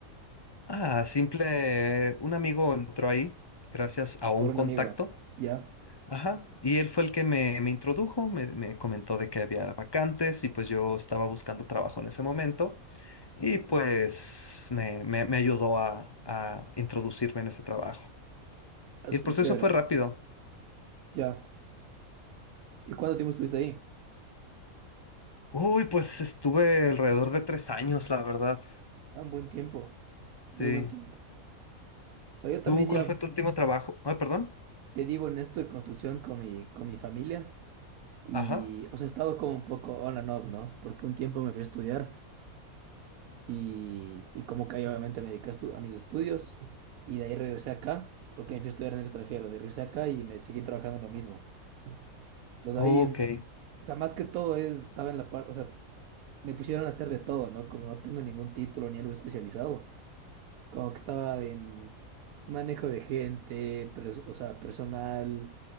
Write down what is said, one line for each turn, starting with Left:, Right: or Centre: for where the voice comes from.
Left: Ah, simple, un amigo entró ahí gracias a un
Right: Por un
Left: contacto
Right: amigo. Ya.
Left: Ajá, y él fue el que me, me introdujo, me, me comentó de que había vacantes y pues yo estaba buscando trabajo en ese momento y pues me, me- me ayudó a, a introducirme en ese trabajo.
Right: Ah,
Left: Y
Right: Súper
Left: el proceso
Right: chévere.
Left: fue rápido.
Right: Ya. ¿Y cuánto tiempo estuviste ahí?
Left: Uy, pues estuve alrededor de tres años, la verdad.
Right: Ah, un buen tiempo. Muy
Left: Sí.
Right: buen tiempo. sea, yo también
Left: ¿Tú cuál
Right: ya
Left: fue tu último trabajo? Ah, perdón.
Right: te digo en esto de construcción con mi, con mi familia y,
Left: Ajá.
Right: o sea, he estado como un poco on and off, ¿no? Porque un tiempo me fui a estudiar y, y como que ahí obviamente me dediqué a, estu- a mis estudios y de ahí regresé acá, porque me fui a estudiar en el extranjero, de regresé acá y me seguí trabajando en lo mismo. Entonces
Left: Ok.
Right: ahí, en- o sea, más que todo es, estaba en la parte, o sea, me pusieron a hacer de todo, ¿no? Como no tengo ningún título ni algo especializado. como que estaba en manejo de gente, pres- o sea, personal,